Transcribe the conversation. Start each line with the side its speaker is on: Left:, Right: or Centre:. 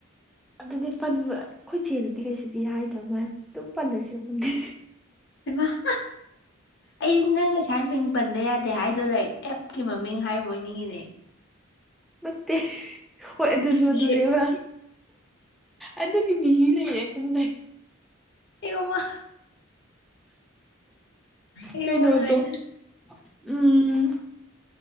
Centre: ꯑꯗꯨꯗꯤ ꯄꯟꯕ ꯑꯩꯈꯣꯏ ꯆꯦꯅꯗꯤ ꯀꯩꯁꯨꯗꯤ ꯍꯥꯏꯗꯕꯃ ꯑꯗꯨꯝ ꯄꯜꯂꯁꯤꯔ ꯈꯩꯗ‌ꯦ
Left: ꯏꯃ <unintelligible> ꯑꯩ ꯅꯪ ꯉꯁꯥꯏ ꯃꯤꯃꯤꯡ ꯄꯟꯕ ꯌꯥꯗꯦ ꯍꯥꯏꯗꯣ ꯂꯥꯏꯔꯤꯛ ꯑꯦꯞꯀꯤ ꯃꯃꯤꯡ ꯍꯥꯏꯕ ꯑꯣꯏꯅꯤꯡꯉꯤꯅꯦ
Centre: ꯅꯠꯇꯦ ꯍꯣꯏ ꯑꯗꯨꯁꯨ
Left: ꯁꯤꯔꯦ
Centre: ꯑꯗꯨꯅꯦꯕ ꯑꯗꯨꯒꯤ ꯕꯤꯖꯤ ꯂꯩꯔꯦ ꯈꯪꯗ‌ꯦ
Left: ꯑꯌ‌ꫭꯃ ꯑꯌꯣ
Centre: ꯀꯩꯅꯣꯗꯣ
Left: ꯂꯣꯏꯅ
Centre: ꯎꯝ